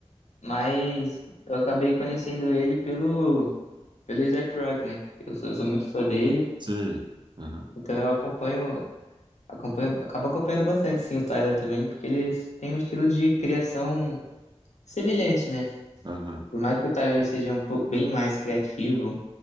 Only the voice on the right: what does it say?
Você. Aham,
aham.